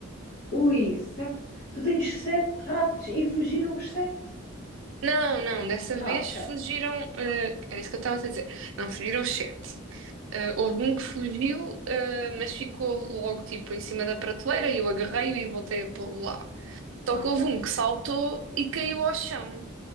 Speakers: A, on the left; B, on the right.
A: Ui, sete. Tu tens sete ratos e fugiram os sete?
B: Não, não, dessa
A: Ah,
B: vez
A: ok.
B: fugiram. eh, era isso que eu estava a dizer. Não, fugiram sete. Eh, houve um que fugiu, eh, mas ficou logo tipo em cima da prateleira e eu agarrei-o e voltei a pô-lo lá.
A: Ok.
B: Só que houve um que saltou e caiu ao chão.